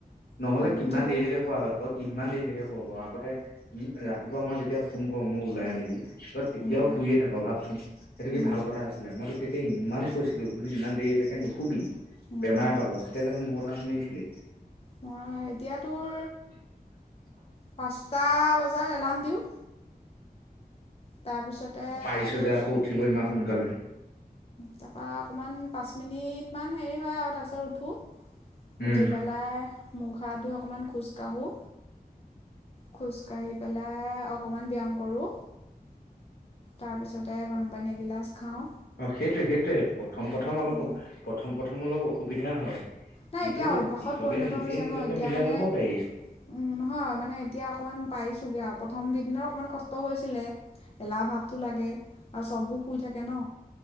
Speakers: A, on the left; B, on the left.
A: নহলে
B: উম
A: কিমান
B: উঠি পেলাই
A: দেৰিকে খোৱা হয় তই কিমান দেৰি কে আগতে উম ৰাতিপুৱা মই যেতি তেতিয়া ফোন কৰ মই ওলাই মেলি তই তেতিয়াও
B: উম
A: শুইয়ে থাক ভাবচোন সেইটো কি
B: উম
A: ভাল কথা আছিলে মইতো তেতিয়া ইমান। কৈছিলো বো ইমান দেৰিলৈকে নুশুবি
B: উম
A: হব তেতিয়া জানো মোৰ কথা শুনিছিলি?
B: মই এতিয়া তোৰ
A: <inaudible>
B: পাঁচটা বজাত এলাৰ্ম দিওঁ। তাৰপিছতে
A: পাৰিছো
B: তোৰ
A: যে আকৌ উঠিব ইমান সোনকালে
B: তাৰপৰা অকণমান পাঁচ মিনিটমান হেৰি হয় আৰু তাৰপিছত উঠো
A: উম
B: উঠি পেলাই মুখ হাত ধুই অকণমান খোজকাঢ়ো খোজকাাঢ়ি পেলাই অকমান ব্যায়াম কৰো তাৰ পিছতে গৰম পানী এগিলাচ খাওঁ
A: অ সেইটো সেইটোয়ে প্ৰথম প্ৰম প্ৰথম
B: উম,
A: প্ৰথম প্ৰথম অলপ অসুবিধা হয়
B: নাই
A: কিন্তু
B: এতিয়া অভ্যসত
A: পিছলে
B: পৰিণত
A: নিজে
B: হৈছে
A: নিজকে
B: ন এতিয়া
A: মিলাই
B: মানে
A: লব পাৰি
B: উম নহয় মানে এতিয়া অকমান পাৰিছোগে আৰু। প্ৰথম কেইদিনত অকণমান কষ্ট হৈছিলে এলাহ ভাৱটো লাগে আৰু চব শুই থাকে ন